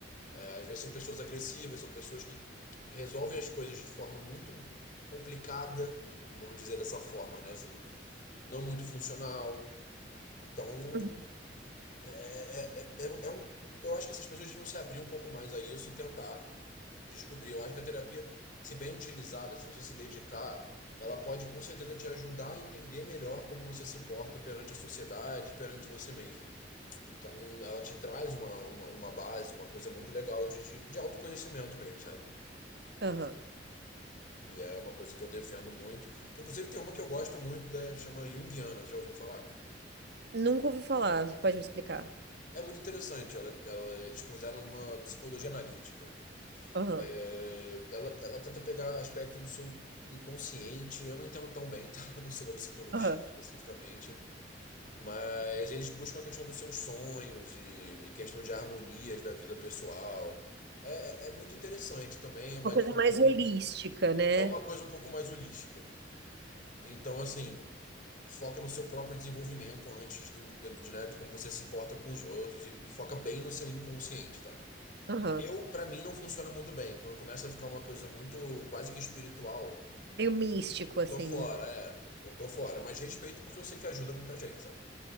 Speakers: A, on the left; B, on the right.
A: É, às vezes são pessoas agressivas, são pessoas que resolvem as coisas de forma muito complicada, vamos dizer dessa forma, né? Assim, não muito funcional. Então,
B: Uhum.
A: É, é, é, é um, eu acho que essas pessoas deviam se abrir um pouco mais a isso e tentar descobrir. Eu acho que a terapia, se bem utilizada, se você se dedicar, ela pode com certeza te ajudar a entender melhor como você se porta perante a sociedade, perante você mesmo. Então, ela te traz uma, uma, uma base, uma coisa muito legal de, de, de autoconhecimento mesmo, sabe?
B: Aham.
A: E é uma coisa que eu defendo muito. Inclusive, tem uma que eu gosto muito, da, chama Jungiana, já ouviu falar?
B: Nunca ouvi falar, pode me explicar.
A: É muito interessante, ela, ela, eles consideram uma psicologia analítica.
B: Aham.
A: É, ela, ela tenta pegar aspectos do seu inconsciente. Eu não entendo tão bem, tá? <laughs> Eu não sou da psicologia
B: Aham.
A: especificamente, mas eles buscam a questão dos seus sonhos e, e questão de harmonias da vida pessoal. É, é é muito interessante também, é uma
B: Uma coisa
A: linha um
B: mais
A: pouco,
B: holística, né?
A: é uma coisa um pouco mais holística. Então, assim, foca no seu próprio desenvolvimento antes do, de, de, né, de como você se porta com os outros e, e foca bem no seu inconsciente, tá?
B: Aham.
A: Eu, pra mim, não funciona muito bem. Quando começa a ficar uma coisa muito quase que espiritual,
B: Meio místico,
A: eu
B: assim.
A: tô fora, é. Eu tô fora. Mas respeito porque eu sei que ajuda muita gente, sabe?